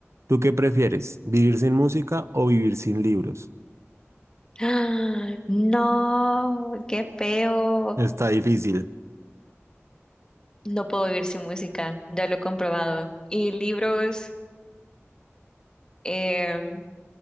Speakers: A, on the right; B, on the left.
A: ¿Tú qué prefieres? ¿Vivir sin música o vivir sin libros?
B: ¡Ah! No, qué feo.
A: Está difícil.
B: No puedo vivir sin música. Ya lo he comprobado. Y libros, em,